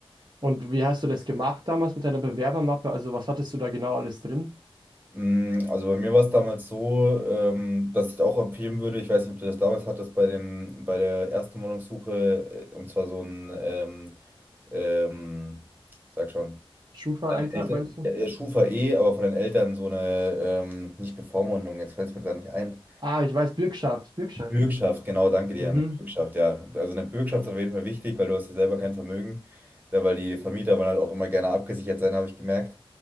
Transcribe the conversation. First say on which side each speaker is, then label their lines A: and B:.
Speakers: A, on the right; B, on the right.
A: Und wie hast du das gemacht damals mit deiner Bewerbermappe? Also, was hattest du da genau alles drin?
B: Mm, Also bei mir war es damals so, ähm, dass ich auch empfehlen würde, ich weiß nicht, ob du das damals hattest, bei dem, bei der ersten Wohnungssuche, äh, und zwar so ein, ähm, ähm, sag schon,
A: Schufa-Eintrag
B: von deinen Eltern,
A: meinst du?
B: ja, ja, Schufa eh, aber von den Eltern so eine, ähm, nicht Bevormundung, jetzt fällt es mir gerade nicht ein.
A: Ah, ich weiß, Bürgschaft, Bürgschaft.
B: Bürgschaft, genau, danke dir.
A: Mhm.
B: Eine Bürgschaft, ja. Also eine Bürgschaft ist auf jeden Fall wichtig, weil du hast ja selber kein Vermögen, ja, weil die Vermieter wollen halt auch immer gerne abgesichert sein, habe ich gemerkt.